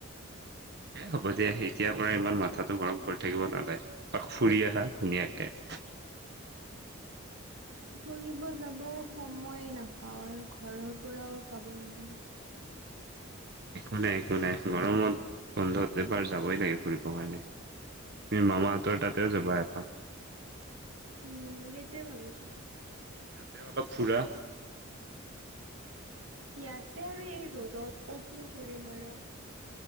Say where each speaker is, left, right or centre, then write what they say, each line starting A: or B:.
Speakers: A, on the right; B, on the right.
A: এ হ'ব দিয়া, এতিয়াৰ পৰা ইমান মাথাটো গৰম কৰি থাকিব নালাগে। অলপ ফুৰি আহা ধুনীয়াকে। <inaudible>
B: ফুৰিব যাবও সময়ে নাপাওঁ। আৰু ঘৰৰ পৰাও যাব নিদিয়ে।
A: একো নাই, একো নাই। গৰমত বন-বন্ধত এবাৰ যাবই লাগে ফুৰিবৰ কাৰণে। তুমি মামাহঁতৰ তাতেও যাবা এপাক।
B: উম, সেইটোয়ে ভাবিছোঁ।
A: সেয়ে অলপ ফুৰা।
B: ইয়াতে আৰু এই ৰ'দত ক'তনো ফুৰিম আৰু।